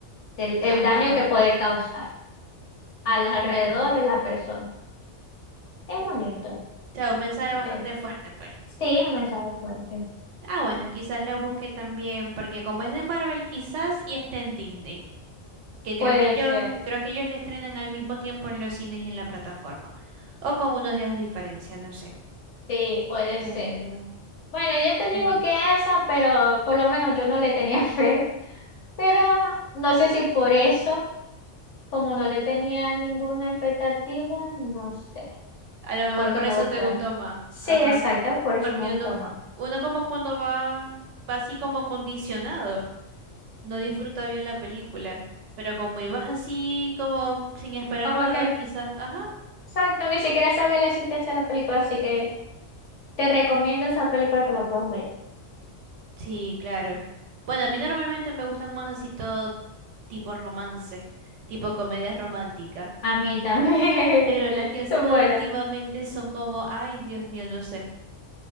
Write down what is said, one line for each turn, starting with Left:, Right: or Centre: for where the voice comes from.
Left: el, el
Right: Ajá,
Left: daño que puede causar a los
Right: claro.
Left: alrededores, la persona. Es bonito.
Right: O sea, un mensaje
Left: ¿viste?
Right: bastante fuerte, pues.
Left: Sí, un mensaje fuerte.
Right: Ah, bueno, quizás la busque también, porque como es de Marvel, quizás y esté en Disney, que creo
Left: Puede
Right: que
Left: ser,
Right: yo, creo que ellos la estrenan al mismo tiempo en los cines y en la plataforma, o con unos días de diferencia, no sé.
Left: sí, puede
Right: Pero,
Left: ser. Bueno, yo te
Right: pero
Left: digo que esa, pero por lo menos yo no le tenía <laughs> fe, pero no sé si por eso, como no le tenía ninguna expectativa, no sé,
Right: a lo mejor
Left: fue
Right: por
Left: que me
Right: eso
Left: gustó.
Right: te gustó más,
Left: Sí,
Right: ajá,
Left: exacto, por eso
Right: porque
Left: me gustó
Right: uno,
Left: más.
Right: uno como cuando va, va así como condicionado, no disfruta bien la película, pero como ibas así como sin esperar
Left: Como
Right: nada,
Left: que,
Right: quizás, ajá.
Left: exacto, ni siquiera sabía la existencia de la película, así que te recomiendo esa película que la puedas ver.
Right: Sí, claro. Bueno, a mí normalmente me gustan más así todo tipo romance, tipo comedias románticas.
Left: A mí también. <laughs>
Right: Pero las que han sacado
Left: Bueno,
Right: últimamente son como, ay, Dios mío, no sé.